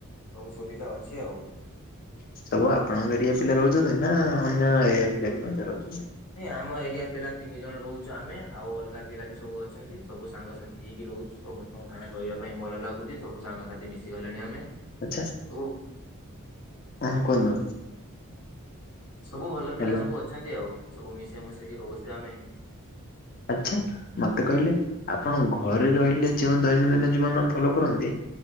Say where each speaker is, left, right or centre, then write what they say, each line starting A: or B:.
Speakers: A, on the left (about 90°); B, on the left (about 40°).
A: ସବୁ ସୁବିଧା ଅଛି ଆଉ
B: ସବୁ ଆପଣଙ୍କ ଏରିଆ ପିଲା ରହୁଛନ୍ତି ନା, ଅନ୍ୟ ଏରିଆ ପିଲା ବି ମଧ୍ୟ ରହୁଛନ୍ତି।
A: ନାଇଁ ଆମ ଏରିଆ ପିଲା ତିନି ଜଣ ରହୁଛୁ ଆମେ, ଆଉ ଅଲଗା ପିଲା ବି ସବୁ ଅଛନ୍ତି ସବୁ ସାଙ୍ଗସାଥି ହେଇକି ରହୁଛୁ, ସମସ୍ତଙ୍କ ସାଙ୍ଗ ରହିବା ପାଇଁ ଭଲ ଲାଗୁଛି ସବୁ ସାଙ୍ଗ ସାଥି ମିଶିଗଲେଣି ଆମେ
B: ଆଛା
A: ସବୁ
B: ଆ କୁହନ୍ତୁ?
A: ସବୁ ଭଲ
B: ହ୍ୟାଲୋ
A: ପିଲା ସବୁ ଅଛନ୍ତି ଆଉ ସବୁ ମିଶେଇ ମିଶେଇକି ରହୁଛେ ଆମେ
B: ଆଛା, ମତେ କହିଲେ ଆପଣ ଘରେ ରହିଲେ ଯେଉ ଦୈନନ୍ଦିନ ଜୀବନ ଫଲୋ କରନ୍ତି?